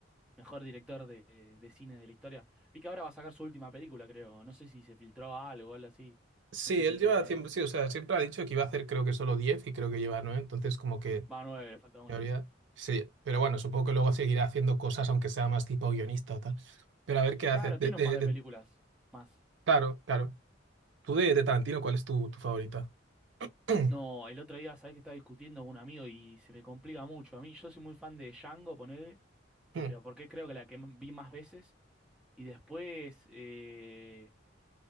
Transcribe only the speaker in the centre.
mejor director de, de cine de la historia. Vi que ahora va a sacar su última película, creo. No sé si se filtró algo o algo así.
No sé si
estuviste
viendo.
Va, nueve, le falta una.
Claro,
tiene
un par de
películas más.
No, el otro día, sabés que estaba discutiendo con un amigo y se me complica mucho. A mí, yo soy muy fan de Django, ponele,
pero porque creo que la que m- vi más veces. Y después, eh,